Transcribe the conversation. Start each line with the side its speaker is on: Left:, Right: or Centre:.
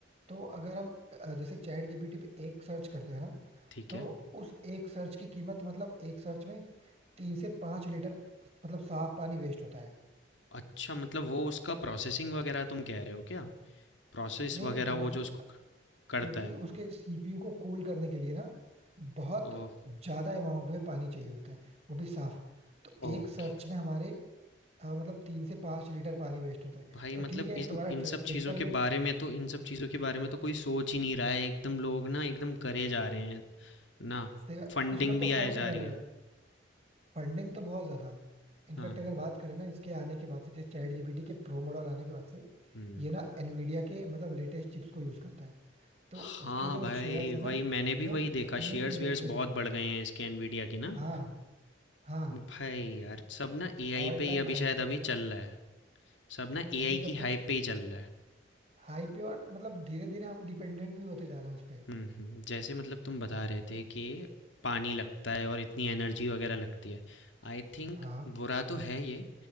Right: तो अगर हम अ, जैसे चैट जीपीटी पे एक सर्च करते हैं ना
Left: ठीक
Right: तो
Left: है
Right: उस एक सर्च की कीमत मतलब एक सर्च में तीन से पांच लीटर मतलब साफ पानी वेस्ट होता है
Left: अच्छा मतलब वो उसका प्रोसेसिंग वगैरह तुम कह रहे हो क्या प्रोसेस
Right: नहीं
Left: वगैरह
Right: नहीं प्रोसेस
Left: वो जो उसको क करता
Right: क्योंकि
Left: है।
Right: उसके सीपीयू को कूल करने के लिए ना बहुत
Left: ओह!
Right: ज्यादा अमाउंट में पानी चाहिए होता है वो भी साफ तो
Left: ओके।
Right: एक सर्च में हमारे अ, मतलब तीन से पांच लीटर पानी वेस्ट होता है
Left: भाई
Right: तो
Left: मतलब
Right: ठीक है
Left: इन
Right: तुम्हारा
Left: इन
Right: ट्रेडिशनल
Left: सब चीज़ों के
Right: वे
Left: बारे में तो इन सब चीज़ों के बारे में तो कोई सोच ही नहीं रहा है, एकदम लोग ना एकदम करे जा रहे हैं, ना?
Right: से
Left: फंडिंग
Right: कुछ लोग तो
Left: भी
Right: फन
Left: आए
Right: में
Left: जा
Right: कर
Left: रही
Right: रहे
Left: है।
Right: हैं फंडिंग तो बहुत ज्यादा इनफैक्ट
Left: हाँ।
Right: अगर बात करें ना इसके आने के बाद से जैसे चैट जीपीटी के प्रो मॉडल आने के बाद से
Left: हुँ।
Right: ये ना एनवीडिया के मतलब लेटेस्ट चिप्स को यूज करता है तो
Left: हाँ
Right: उसके जो
Left: भाई,
Right: शेयर्स
Left: वही
Right: है ना
Left: मैंने
Right: वो
Left: भी वही देखा
Right: तुमने
Left: शेयर्स-वेयर्स
Right: भी न्यूज में देखा
Left: बहुत
Right: होगा
Left: बढ़ गए हैं इसके एनवीडिया के ना।
Right: हाँ हाँ
Left: भाई यार, सब ना एआई
Right: ऑल
Left: पे
Right: टाइम
Left: ही अभी
Right: हाइक
Left: शायद
Right: पे
Left: अभी
Right: है।
Left: चल रहा है। सब ना एआई
Right: अभी सब
Left: की
Right: कुछ
Left: हाइप पे ही चल रहा है।
Right: हाई पे और मतलब धीरे धीरे हम डिपेंडेंट भी होते जा रहे हैं उस पे
Left: हुँ, हुँ। जैसे मतलब तुम बता रहे थे कि पानी लगता है और इतनी एनर्जी वगैरह लगती है। आई थिंक
Right: हाँ
Left: बुरा तो है ये,